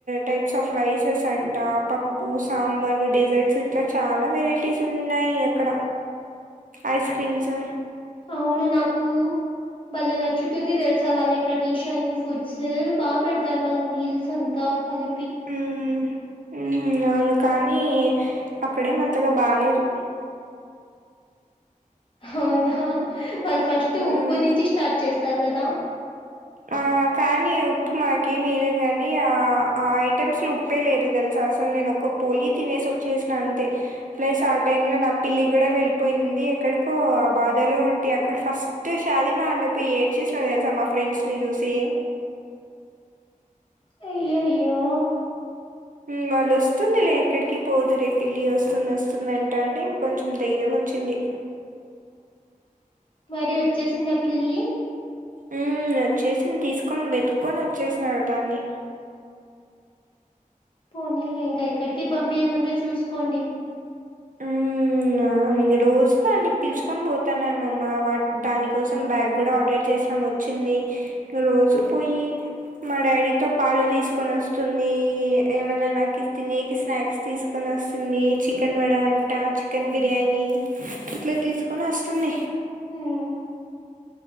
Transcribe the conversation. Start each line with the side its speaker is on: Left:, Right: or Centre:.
Right: టైప్స్ ఆఫ్ రైసెస్ అంటా పప్పు సాంబార్ డెసర్ట్స్ ఇట్లా చాలా వెరైటీస్ ఉన్నాయి అక్కడ ఐస్ క్రీమ్స్
Left: అవును నాకూ భలే నచ్చుతుంది తెలుసా వాళ్ళ ట్రెడిషన్ ఫుడ్స్ బా పెడతారు వాళ్ళు మీల్స్ అంతా కలిపి
Right: ఉమ్ హ్మ్ అవును కానీ అక్కడేమంతగా బాలేేదు
Left: అవునా వాళ్ళు ఫస్ట్
Right: హ్మ్
Left: ఉప్పు నుంచి స్టార్ట్ చేస్తారు కదా
Right: ఆ కానీ ఉప్పు మాకేమి ఇయ్యలేదు కానీ ఆ ఆ ఐటమ్స్ లో ఉ ఉప్పేలేదు తెలుసా అసలు నేను ఒక పోలి తినేసి వచ్చేసిన అంతే ప్లస్ ఆ టైంలో నా పిల్లి కూడా వెళ్ళిపోయింది ఎక్కడికో ఆ బాధలో ఉంటి అక్కడ ఫస్ట్ షాదీమహాల్లో పోయి ఏడ్చేసిన తెలుసా మా ఫ్రెండ్స్ ని చూసి
Left: అయ్యయ్యో
Right: ఉమ్ వాళ్ళు వస్తుంది లే ఎక్కడికి పోదులే పిల్లి వస్తుంది వస్తుంది అంట అంటే ఇంకొంచెం ధైర్యం వచ్చింది
Left: మరి వచ్చేసిందా ఆ పిల్లి
Right: ఉమ్ వచ్చేసింది తీసుకొని వెతుక్కోని వచ్చేసినాడు దాన్ని
Left: పోనీ లే ఇంకా ఎక్కడికి పంపియ్యాకుండా చూసుకోండి
Right: ఉమ్ ఔను రోజు దాన్ని పిలుచుకొని పోతున్నాం అమ్మమ్మ వా దాని కోసం బ్యాగ్ కూడా ఆర్డర్ చేసినాము చింది రోజు పోయి మా డాడీతో పాలు తీసుకొని వస్తుంది ఏమన్నా నాకు తినేకి స్నాక్స్ తీసుకొని వస్తుంది చికెన్ వడ అంటా చికెన్ బి బిర్యానీ ఇట్లా తీసుకొని వస్తుంది
Left: మ్మ్.